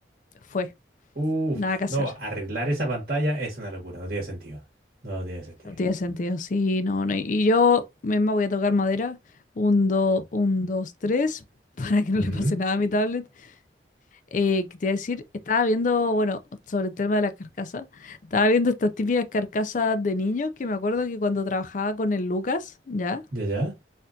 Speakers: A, on the left; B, on the right.
A: fue,
B: Uf,
A: nada que hacer.
B: no, arreglar esa pantalla es una locura, no tiene sentido. No tiene sentido.
A: No tiene sentido, sí, no, no. Y yo misma voy a tocar madera. Un, dos, un, dos, tres, <laughs> para que no
B: Ujú,
A: le pase nada a mi tablet. Eh, que te iba a decir, estaba viendo, bueno, sobre el tema de las carcasas, estaba viendo estas típicas carcasas de niños que me acuerdo que cuando trabajaba con el Lucas, ¿ya?
B: ¿Ya, ya?